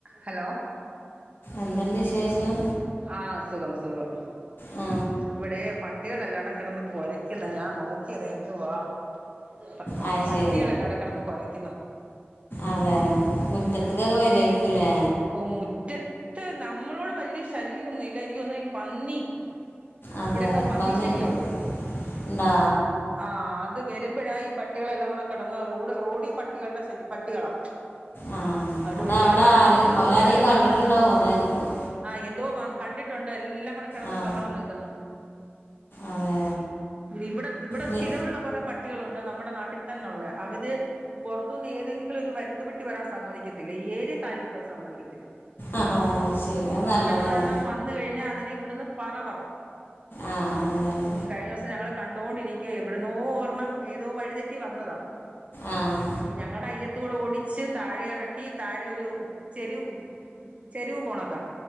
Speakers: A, on the right; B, on the left.
A: ഹലോ
B: എന്തുണ്ട് വിശേഷം?
A: ആഹ് സുഖം സുഖം
B: ആ
A: ഇവിടെ പട് പട്ടികളെല്ലാടെ കെടന്ന് കൊരയ്ക്കുന്ന് ഞാൻ നോക്കിയതാ എന്തുവാ പ
B: അത്
A: പട്ടികൾ
B: ശരി
A: എല്ലാടെ അവിടെ കെടന്ന് കൊരയ്ക്കുന്ന്
B: അതെ മുറ്റത്ത്ക്കെക്കെ വെര് വായിരിക്കൂല്ലേ
A: ഓ മുറ്റത്ത് നമ്മളോട് വല്യ ശല്യം ഒന്നും ഇല്ലാ എനിക്ക് തോന്നണു ഈ പന്നി
B: അതെ
A: ഇവിടെയൊക്കെ പന്നിശല്യൊണ്ട്
B: പന്നിയുണ്ടോ ഉണ്ടോ
A: ആഹ് അത് വെരുമ്പഴാ ഈ പട്ടികളെല്ലാം കൂടെ കെടന്ന് റോഡ് റോഡി പട്ടികളുടെ ശ പട്ടികളാ
B: ആഹ്
A: അതുകൊണ്ട്
B: അതവിടെ
A: ഒരു കണക്കിന്
B: ആരും
A: നമുക്കൊരു
B: ഓലാരെയും
A: ഉപകാരവാ
B: കണ്ടിട്ടുണ്ടാവും
A: നമുക്ക്
B: അതായിരിക്കും
A: ആഹ് എന്തോ വ കണ്ടിട്ടുണ്ട് എല്ലാം കൂടെ കെടന്ന്
B: ആ
A: ബഹളം വെക്ക്ന്ന്
B: അതെ
A: ഇവിടെ ഇവിടെ
B: നി
A: സ്ഥിരമുള്ള കുറെ പട്ട് ട്ടികളൊണ്ട് നമ്മടെ നാട്ടി തന്നെ ഒള്ളയാ അവര് പൊറത്തൂന്ന് ഏതെങ്കിലും ഒരു വരുത്തുപട്ടി വരാൻ സമ്മതിക്കത്തില്ലാ ഈ ഏരിയെ കാല് കുത്താൻ സമ്മതിക്കത്തില്ലാ
B: ആഹ് ആഹ് അയ് ശരി അത് നല്ലതാണ്
A: ഒരെണ്ണം വന്ന് കഴിഞ്ഞാ അതിനെ ഇവിടുന്ന് പറ പറത്തും
B: ആഹ് അങ്ങനെ
A: കഴിഞ്ഞ ദിവസം ഞങ്ങള് കണ്ടോണ്ടിരിക്കുവാ എവിടന്നോ ഒരണ്ണം ഏതോ വഴിതെറ്റി വന്നതാ
B: ആഹ്
A: ഈ ഞങ്ങടെ അയ്യത്തൂടെ ഓടിച്ച് താഴെ എറക്കി താഴെ ഒരു ചെരു ചെരുവ് പോണട്ടാ